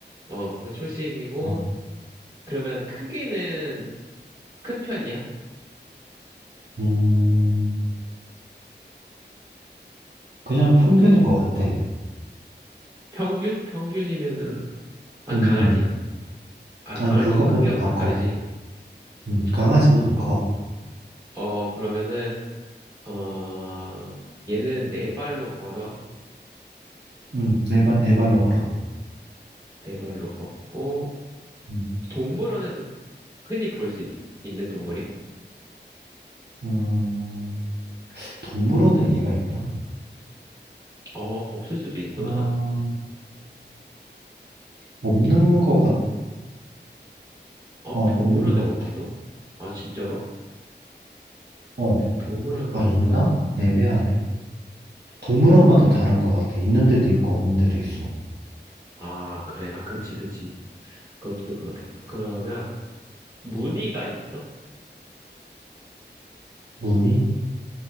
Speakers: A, on the right; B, on the right.
A: 어, 그 초식이고,
B: 어
A: 그러면 크기는 큰 편이야?
B: 음, 그냥 평균인 것 같아.
A: 평균? 평균이면은, 한
B: 음,
A: 강아지?
B: 음.
A: 아, 강아지도
B: 아니, 그거보다
A: 크기가
B: 더
A: 다
B: 커.
A: 다르지.
B: 음, 강아지보단
A: 어,
B: 커.
A: 어, 그러면은, 어, 얘는 네 발로 걸어,
B: 음, 네 발, 네 발로 걸어.
A: 네 발로 걷고,
B: 음,
A: 동물원에서 흔히 볼 수 있는 동물이야?
B: 음, 동물원에 얘가 있나?
A: 어, 없을 수도 있구나.
B: 어, 없는 것 같아.
A: 어,
B: 어, 없는
A: 동물원에
B: 것
A: 없어?
B: 같아.
A: 아, 진짜로?
B: 어,
A: 동물원에
B: 아,
A: 없다.
B: 있나? 애매하네. 동물원마다 다른 것 같아. 있는 데도 있고, 없는 데도 있어.
A: 아, 그래. 아, 그치, 그치. 그것도 그렇겠다. 그러면, 무늬가 있어?
B: 무늬?